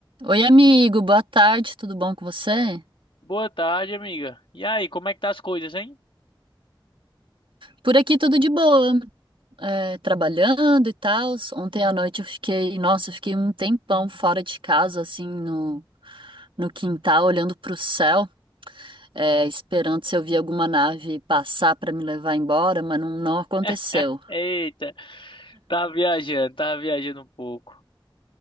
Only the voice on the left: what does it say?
Boa tarde, amiga. E aí, como é que tá as coisas, hein?
<laughs> Eita, tava viajando, tava viajando um pouco